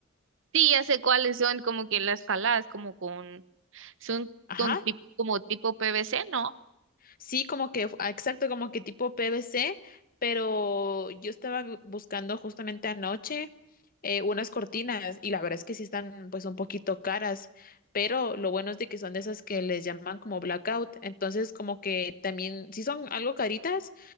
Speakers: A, on the right; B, on the left.
A: sí, ya sé cuáles son, como que las jaladas, como con Son
B: Ajá.
A: con tip- como tipo PVC, ¿no?
B: Sí, como que, ah, exacto, como que tipo PVC, pero yo estaba bu- buscando justamente anoche eh, unas cortinas y la verdad es que sí están pues un poquito caras, pero lo bueno es de que son de esas que les llaman como blackout, entonces como que también sí son algo caritas,